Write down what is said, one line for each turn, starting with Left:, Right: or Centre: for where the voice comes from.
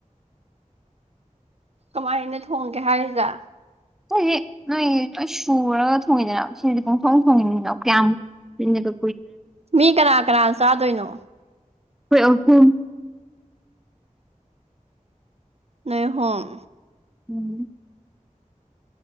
Right: ꯀꯃꯥꯏꯅ ꯊꯣꯡꯒꯦ ꯍꯥꯏꯔꯤꯖꯦ
Centre: ꯃꯣꯢꯗꯤ ꯅꯣꯢꯒꯤ ꯂꯣꯢ ꯁꯨ ꯄꯨꯔꯒ ꯊꯣꯡꯉꯤꯅꯦꯕ ꯁꯤꯗꯗꯤ ꯄꯣꯡꯊꯣꯡ ꯊꯣꯡꯉꯤꯅꯤꯅ ꯀꯌꯥꯝ ꯀꯨꯢꯅꯒ
Right: ꯃꯤ ꯀꯅꯥ ꯀꯅꯥꯅ ꯆꯥꯗꯣꯏꯅꯣ
Centre: ꯈꯣꯏ ꯑꯍꯨꯝ
Right: ꯅꯣꯢ ꯑꯍꯨꯝ
Centre: ꯎꯝ